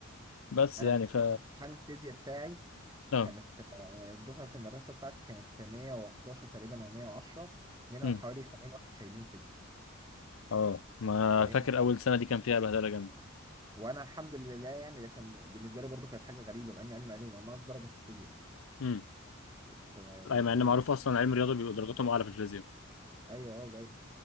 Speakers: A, on the left (about 75°); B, on the right (about 20°).
A: بس
B: انا
A: يعني
B: في
A: ف
B: امتحان الفيزياء بتاعي
A: اه
B: كانت آه، دفعه المدرسه بتاعتي كانت 111 تقريبا او 110 منهم
A: امم
B: حوالي 70 واحد شايلين فيزياء
A: اه ما
B: 70
A: فاكر
B: واحد.
A: اول سنه دي كان فيها بهدله جامده
B: وانا الحمد لله يعني ده كان بالنسبه لي برضو كانت حاجه غريبه مع اني علم علوم انا ناقص درجه في الفيزياء
A: امم
B: كنت مصدوم
A: اي مع ان معروف
B: يعني
A: اصلا علم الرياضه بيبقى درجاتهم اعلى في الفيزياء
B: ايوه اه جاي